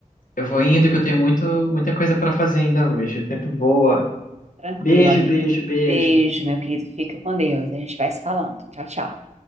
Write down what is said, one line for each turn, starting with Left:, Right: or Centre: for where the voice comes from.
Left: Eu vou indo que eu tenho muito, muita coisa para fazer ainda hoje. O tempo voa.
Right: Tranquilo,
Left: Beijo,
Right: amigo.
Left: beijo,
Right: Beijo,
Left: beijo.
Right: meu querido. Fica com Deus. A gente vai se falando. Tchau, tchau.